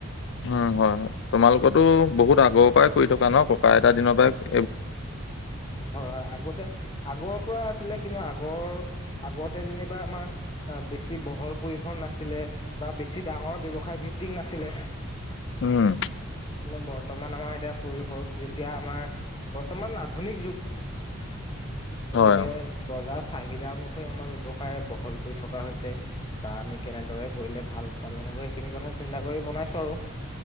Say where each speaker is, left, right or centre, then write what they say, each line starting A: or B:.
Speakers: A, on the left; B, on the left.
A: উম হয় হয় তোমালোকতো বহুত আগৰ পৰাই কৰি থকা ন ককা আইটা দিনৰ পৰা
B: হয় হয় আগতে আগৰ পৰা আছিলে কিন্তু আগৰ আগতে যেনিবা আমাৰ বেছি বহল পৰিসৰ নাছিলে বা বেছি ডাঙৰ ব্যৱসায় ভিত্তিক নাছিলে
A: উম
B: কিন্তু বৰ্তমান আমাৰ তিয়া পৰিশল যেতিয়া আমাৰ বৰ্তমান আধুনিক যুগ গতিকে
A: হয় অ
B: বজাৰ চাহিদা অনুসৰি আমাৰ ব্যৱসায় বহল কৰি থকা হৈছে বা আমি কেনেদৰে কৰিলে ভাল উৎপাদন হব সেইখিনি কথা চিন্তা কৰি বনাইছো আৰু